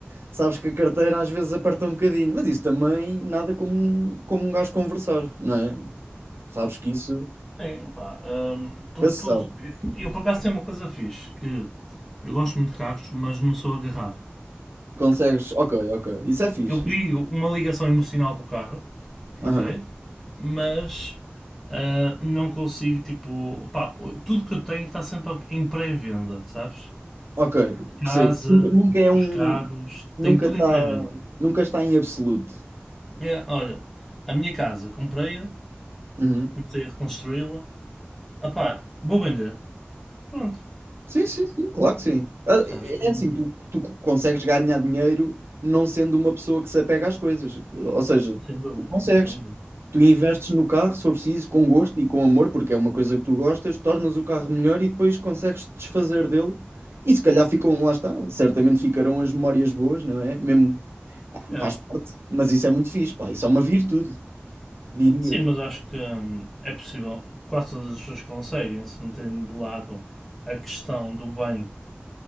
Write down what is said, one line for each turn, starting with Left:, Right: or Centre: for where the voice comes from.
Right: Sabes que a carteira às vezes aperta um bocadinho, mas isso também nada como, um- como um gajo conversar, não é? Sabes que isso
Centre: Bem, pá, hum, tu-
Right: nunca
Centre: tu-
Right: se sabe.
Centre: eu por acaso tenho uma coisa fixe, que eu gosto muito de carros, mas não sou agarrado.
Right: Consegues, ok, ok, isso é fixe.
Centre: Eu crio
Right: Isso...
Centre: uma ligação emocional com o carro,
Right: Aham,
Centre: ok? Mas ah, não consigo, tipo, pá, tudo que eu tenho está sempre em pré-venda, sabes?
Right: Ok,
Centre: Casa,
Right: percebo. Nunca, nunca é
Centre: os
Right: um.
Centre: carros,
Right: Nunca
Centre: tem tudo
Right: está.
Centre: em pré-venda.
Right: Nunca está em absoluto.
Centre: É, olha, a minha casa, comprei-a,
Right: Uhum.
Centre: comecei a reconstruí-la, ah pá, vou vender, pronto,
Right: Sim, sim, sim, claro que sim. Ah,
Centre: sabes?
Right: É
Centre: Não-
Right: assim, tu, tu consegues ganhar dinheiro não sendo uma pessoa que se apega às coisas. Ou seja,
Centre: Sem dúvida,
Right: tu consegues.
Centre: sem dúvida.
Right: Tu investes no carro, se for preciso, com gosto e com amor, porque é uma coisa que tu gostas, tornas o carro melhor e depois consegues te desfazer dele. E se calhar ficam, lá está, certamente ficarão as memórias boas, não é? Mesmo, pá,
Centre: É.
Right: faz parte, mas isso é muito fixe, pá, isso é uma virtude, diria.
Centre: Sim, mas acho que hum, é possível. Quase todas as pessoas conseguem se meterem de lado a questão do bem,